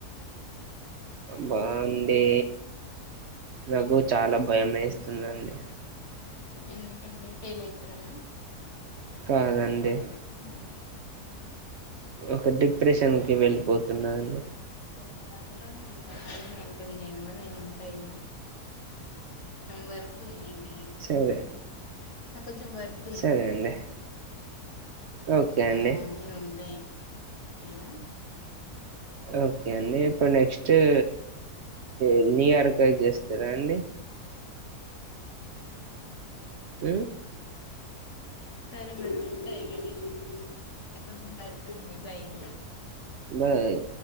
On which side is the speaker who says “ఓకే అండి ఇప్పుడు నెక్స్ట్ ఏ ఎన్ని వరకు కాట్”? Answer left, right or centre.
Right